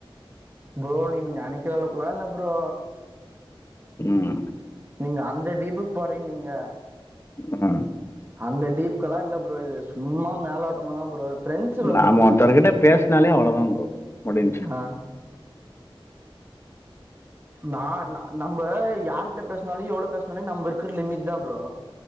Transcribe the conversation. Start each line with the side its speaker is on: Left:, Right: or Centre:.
Right: ப்ரோ நீங்க நெனைக்கிற அளவு க்கலா இல்ல ப்ரோ
Left: ம்
Right: நீங்க அந்த டீப்புக்கு போறீங்க நீங்க
Left: ஆ
Right: அந்த டீப்கெல்லா இல்ல ப்ரோ இது சும்மா மேலோட்டமா தா ப்ரோ ஃப்ரெண்ட்ஸ் ப்ரோ
Left: நாம ஒருத்தர்கிட்ட பேசுனாலே அவ்ளதா ப்ரோ முடிஞ்ச்சு
Right: ஆ நா நம்ப யாருகிட்ட பேசினாலு எவ்வளவு பேசுனா சொன்ன நம்ம இருக்குற லிமிட் தா ப்ரோ